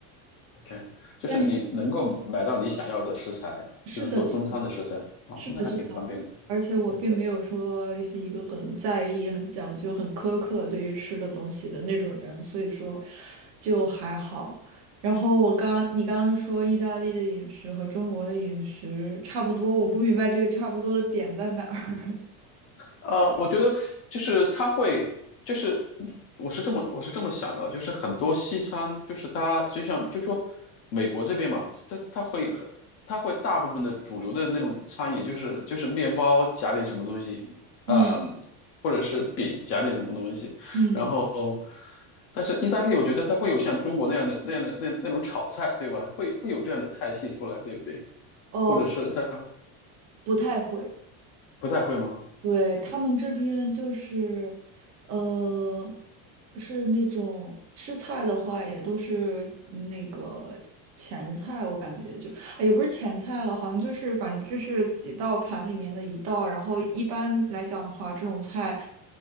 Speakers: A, on the left; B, on the right.
A: ？OK，就是你能够买到你想要的食材，
B: 但是是的，
A: 就是做中餐的食材，
B: 是的，
A: 哦，
B: 是的，
A: 那还挺方便的。
B: 是的，而且我并没有说是一个很在意、
A: 对。
B: 很讲究、很苛刻对于吃的东西的那种人，所以说就还好。然后我刚，你刚刚说意大利的饮食和中国的饮食差不多，我不明白这个差不多的点在哪儿。<laughs>
A: 呃，我觉得就是他会，就是我是这么我是这么想的，就是很多西餐，就是它就像就说美国这边嘛，它它会很，它会大部分的主流的那种餐饮，就是就是面包夹点什么东西，
B: 嗯
A: 嗯，或者是饼夹点什么东西，
B: 嗯，
A: 然后但是意大利，我觉得它会有像中国那样的那样的那那种炒菜，对吧？会会有这样的菜系出来，对不对？
B: <laughs> 哦，
A: 或者是它
B: 不太会。
A: 不太会吗？
B: 对，他们这边就是，呃，是那种吃菜的话，也都是那个前菜，我感觉就，哎也不是前菜了，好像就是反正就是几道盘里面的一道，然后一般来讲的话，这种菜